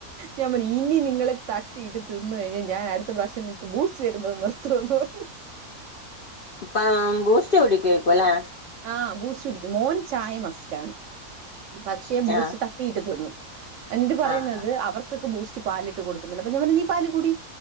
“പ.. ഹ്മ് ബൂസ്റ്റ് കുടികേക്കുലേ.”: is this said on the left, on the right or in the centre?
Left